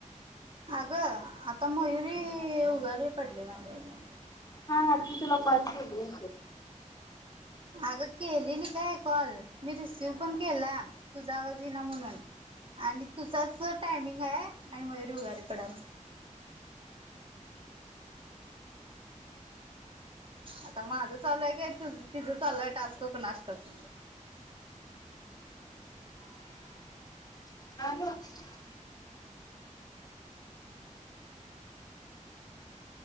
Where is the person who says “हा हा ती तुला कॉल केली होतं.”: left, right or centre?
Left